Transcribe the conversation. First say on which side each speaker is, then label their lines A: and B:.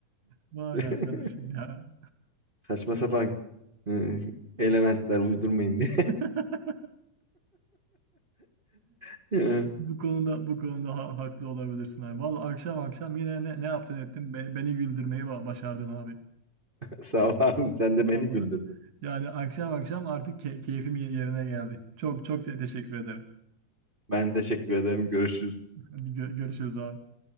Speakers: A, on the right; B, on the right.
A: Vay
B: <laughs>
A: arkadaşım ya.
B: Saçma sapan hı, elementler uydurmayın diye.
A: <laughs>
B: <laughs>
A: Bu konuda bu konuda ha- haklı olabilirsin abi. Vallahi akşam akşam yine ne, ne yaptın ettin? Be- beni güldürmeyi ba- başardın abi.
B: Sağ ol abim. Sen de beni
A: Vallahi
B: güldürdün.
A: yani akşam akşam artık key- keyfim ye- yerine geldi. Çok çok te- teşekkür ederim.
B: Ben teşekkür ederim. Görüşürüz.
A: Hadi gö- görüşürüz abi.